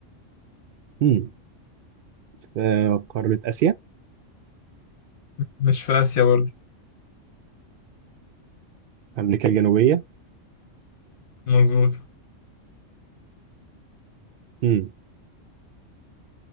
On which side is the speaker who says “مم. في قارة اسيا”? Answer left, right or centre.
Right